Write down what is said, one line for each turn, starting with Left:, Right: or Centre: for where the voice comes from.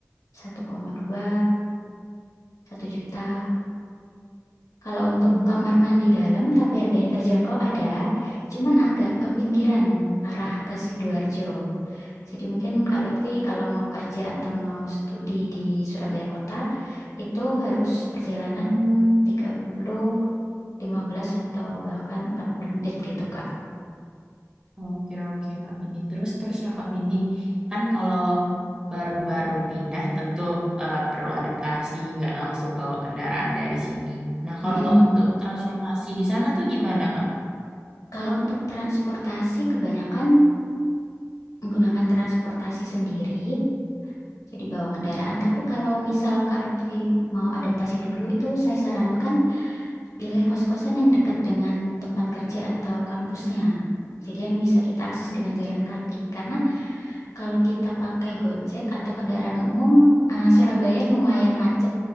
Left: satu koma dua satu juta. Kalau untuk
Right: Hmm,
Left: kamar mandi dalam tapi harga yang terjangkau ada, cuman agak ke pinggiran arah ke Sidoarjo. Jadi mungkin Kak Lutfi kalau mau kerja atau mau studi di Surabaya Kota itu harus perjalanan tiga puluh lima belas atau bahkan empat puluh menit gitu, Kak.
Right: Oke, oke, Kak Vini. Terus, terus ya, Kak Vini. Kan kalau baru-baru pindah tentu eh, perlu adaptasi, nggak langsung bawa kendaraan dari sini. Nah, kalau
Left: Mm
Right: untuk transportasi di sana tuh gimana, Kak?
Left: Kalau untuk transportasi, kebanyakan menggunakan transportasi sendiri, jadi bawa kendaraan. Tapi kalau misal Kak Lutfi mau adaptasi dulu, itu saya sarankan Pilih kos-kosan yang dekat dengan tempat kerja atau kampusnya. Jadi yang bisa kita akses
Right: Hmm.
Left: dengan jalan kaki. Karena kalau kita pakai Gojek atau kendaraan umum, eh, Surabaya lumayan macet